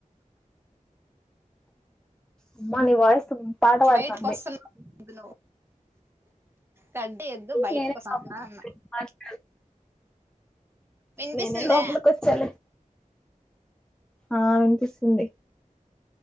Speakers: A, in the centre; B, on the right (about 15°).
A: అబ్బ నీ వాయిస్ పాట పాడుతాంది
B: బయటకు వస్తున్నా నువ్వు గడ్డి ఎద్దు బయటకిస్తాందా
A: నేనే
B: అన్న
A: మాట్లాడు
B: వినిపిస్తుందా
A: నేనే లోపలికి వచ్చాలే ఆ వినిపిస్తుంది